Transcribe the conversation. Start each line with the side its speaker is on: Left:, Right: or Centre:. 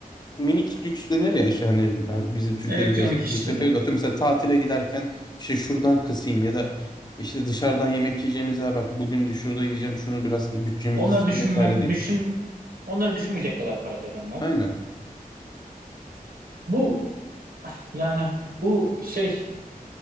Left: minik lüks denir ya işte hani e, bizim Türkiye'de
Right: Elektronik
Left: biraz
Right: işleri.
Left: lükse kaçıyor. Atıyorum mesela tatile giderken işte şuradan kısayım ya da işte dışarıdan yemek yiyeceğimiz ya bak bugün de şurada yiyeceğim şunu biraz bütçemi
Right: Onları
Left: kısayım
Right: düşünmem,
Left: vesaire değil.
Right: düşün, onları düşünmeyecek kadar para kazanmak.
Left: Aynen.
Right: Bu yani bu şey